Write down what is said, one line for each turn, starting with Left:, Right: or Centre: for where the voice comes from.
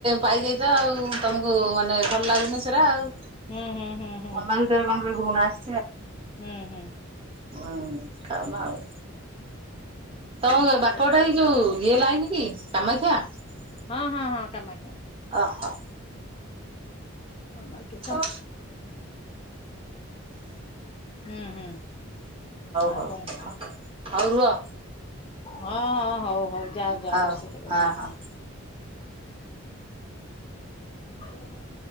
Right: ପାଇଯାଇଛ ଆଉ, ତମକୁ ମାନେ ଭଲ ଲାଗୁନି ସେରା ଆଉ।
Left: ହୁଁ ହୁଁ ହୁଁ ହୁଁ
Right: ମନ ଭିତରେ କଣ ଗୋଟେ ଘୃଣା ଆସେ
Left: ହୁଁ- ହୁଁ।
Right: ହୁଁ ଖାଇବା ଆଉ। ତମ ବାପ
Left: ଆଉ
Right: ଘରଟା ଏଇ ଯୋଉ ଇଏ ଲାଇନ କି, କାମାକ୍ଷା ।
Left: ହଁ- ହଁ- ହଁ କାମାକ୍ଷା ।
Right: ହ- ହଁ।
Left: ହଁ ବା କେ
Right: <unintelligible> ହଉ
Left: ହୁଁ ହୁଁ ଆଉ
Right: ହଉ
Left: କଣ
Right: ହଉ ରୁହ।
Left: ହଁ -ହଁ ହଉ ହଉ ଯାଅ ଯାଅ
Right: ହଉ
Left: ରୋଷେଇ କରିବ
Right: ହଁ
Left: ଯାଅ।
Right: ହଁ।
Left: <unintelligible>